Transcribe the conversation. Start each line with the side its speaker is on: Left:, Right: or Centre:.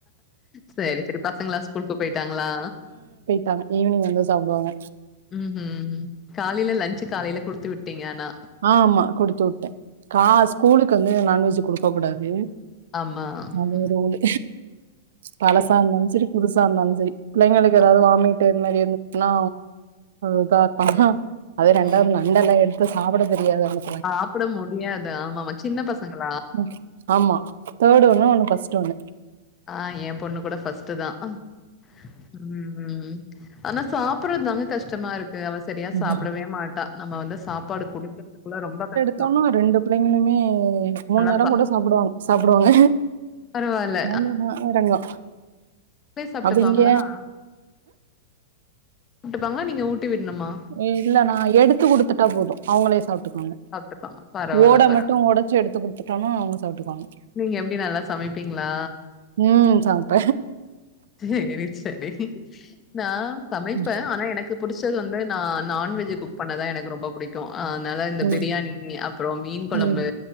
Left: செரி செரி பசங்களா ஸ்கூலுக்கு போய்ட்டாங்களா
Right: டாங்க ஈவினிங் வந்து சாப்டுவாங்க
Left: ம் ஹம் ம் காலயில லஞ்ச் காலயில குடுத்து விட்டீங்க ஆனா
Right: ஆமா குடுத்து உட்டே கா ஸ்கூலுக்கு வந்து நான்வெஜ் குடுக்க கூடாது
Left: ஆமா.
Right: நல்ல
Left: ம்.
Right: ஒரு பழசா இருந்தாலு சரி புதுசா இருந்தாலு சரி புள்ளைங்களுக்கு ஏதாவ்து
Left: அ
Right: வாமிட்டு இந்த மாரி இருந்துன்னா இத இருப்பாங் அது
Left: ம்.
Right: ரெண்டாவது நண்டெல்லா எடுத்து சாப்ட தெரியாது அவுனுக்
Left: சாப்ட முடியாது ஆமாம சின்ன பசங்களா
Right: ம். ஆமா தேர்டு ஒன்னு ஒன்னு ஃபஸ்ட் ஒன்னு
Left: ஆ என் பொண்ணு கூட ஃபஸ்டு தா ம் ம் ம் ம் ஆனா சாப்டடுறதுதாங்க கஷ்டமா இருக்கு அவ சரியா சாப்பிடவே
Right: ம்.
Left: மாட்டா நம்ம வந்து சாப்பாடு குடுக்கறதுக்குள்ள ரொம்ப கஷ்டோ
Right: ஷ்டோன்னா ரெண்டு புள்ளைங்களுமே மூணு
Left: நல்லா
Right: நேரோ
Left: சாப்
Right: கூட சாப்டுவாங்க சாப்டுவாங்க
Left: பரவால்ல.
Right: நல்லத இறங்கு
Left: வுங்களே சாப்ட்டுப்பாங்களா
Right: அது இங்க
Left: அ சாப்ட்டுப்பாங்களா நீங்க ஊட்டி விட்ணுமா
Right: இல்ல நா எடுத்து குடுத்துட்டா போது அவுங்களே சாப்ட்டுப்பாங்க
Left: சாப்ட்டுப்பாங்க. பரவால்ல,
Right: ஓட
Left: பரவால்ல.
Right: மட்டு ஓடச்சு எடுத்து குடுத்துட்டோம்னா அவுங்க சாப்ட்டுக்குவாங்க
Left: நீங்க எப்டி நல்லா சமைப்பீங்களா
Right: ம் சமப்ப
Left: செரி சேரி நா சமைப்பே
Right: ம்,
Left: ஆனா எனக்கு புடிச்சது வந்து நா நான்வெஜ் குக் பண்ணதா எனக்கு ரொம்ப புடி க்கு அதனால இந்த
Right: ம்,
Left: ப்ரியாணி அப்றோ மீன் கொழம்பு
Right: ம்,